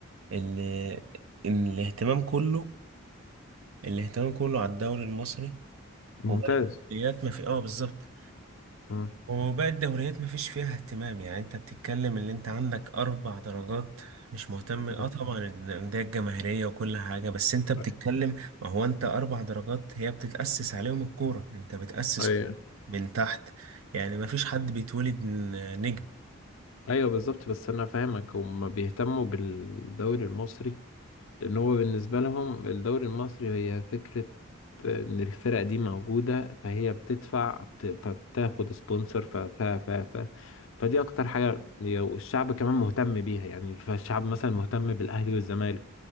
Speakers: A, on the right (about 70°); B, on the left (about 65°).
A: إن إن الاهتمام كله الاهتمام كله على الدوري المصري
B: ممتاز
A: وبقت الدوريات ما في اه بالظبط
B: مم.
A: وباقي الدوريات مفيش فيها اهتمام يعني انت بتتكلم اللي انت عندك اربع درجات مش مهتم اه
B: مم.
A: طبعا الانديه الجماهيريه وكل حاجه بس انت بتتكلم
B: أيوة
A: ما هو انت اربع درجات هي بتتاسس عليهم الكوره انت بتاسس
B: أيوة
A: من تحت يعني مفيش حد بيتولد ن- نجم
B: أيوة بالظبط بس أنا فاهمك هما بيهتموا بالدوري المصري لأن هو بالنسبة لهم الدوري المصري هي فكرة إن الفرق دي موجودة فهي بتدفع بت- فبتاخد سبونسر ف ف ف ف فدي أكتر حاجة والشعب كمان مهتم بيها يعني فالشعب مثلا مهتم بالأهلي والزمالك